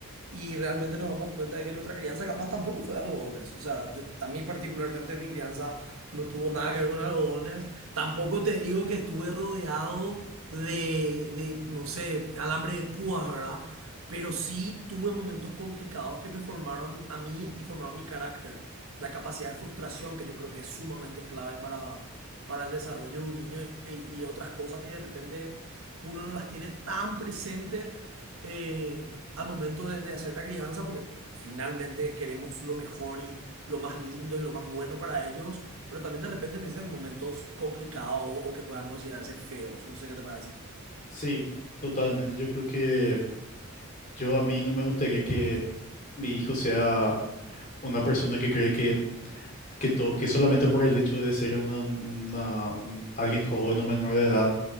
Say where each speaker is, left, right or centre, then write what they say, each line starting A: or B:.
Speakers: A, on the right (about 70°); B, on the left (about 40°).
A: Y realmente nos damos cuenta de que nuestra crianza capaz tampoco fue de algodones. O sea, yo, a mí particularmente mi crianza no tuvo nada que ver con algodones. Tampoco te digo que estuve rodeado de, de no sé, alambre de púas, ¿verdad? pero sí tuve momentos complicados que me formaron a mí y formaron mi carácter. La capacidad de frustración, que yo creo que es sumamente clave para, para el desarrollo de un niño y, y otras cosas que de repente uno no las tiene tan presente eh, al momento de, de hacer la crianza, porque finalmente queremos lo mejor y lo más lindo y lo más bueno para ellos, pero también de repente necesitan momentos complicados o que puedan considerarse feos. No sé qué te parece.
B: Sí, totalmente. Yo creo que yo a mí no me gustaría que mi hijo sea una persona que cree que, que todo, que solamente por el hecho de ser una, una- un- alguien joven o menor de edad,